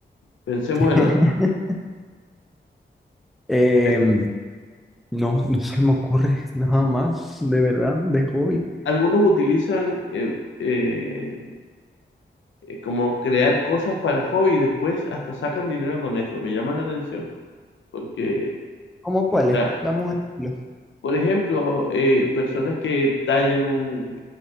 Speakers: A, on the left (about 80°); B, in the centre.
A: Pensemos en
B: <laughs>
A: otro.
B: Em,
A: Eh,
B: no, no se me ocurre nada más, de verdad, de hobby.
A: algunos utilizan eh, eh, eh, como crear cosas para hobby y después hasta sacan dinero con eso. Me llama la atención porque
B: ¿Cómo
A: está,
B: cuáles? Dame un ejemplo.
A: Por ejemplo, eh, personas que tallan un,